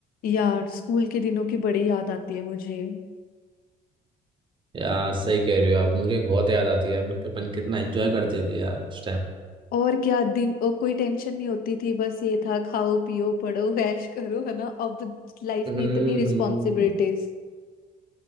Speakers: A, on the left; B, on the right.
A: यार स्कूल के दिनों की बड़ी याद आती है मुझे
B: यार सही कह रहे हो आप मुझे बहुत याद आती है हम अपन कितना एंजॉय करते थे यार उस टाइम
A: और क्या दिन और कोई टेंशन नहीं होती थी बस ये था खाओ पियो पढ़ो <laughs> ऐश करो है ना अब लाइफ
B: हम्म
A: में इतनी रिस्पॉन्सिबिलिटीज
B: हम्म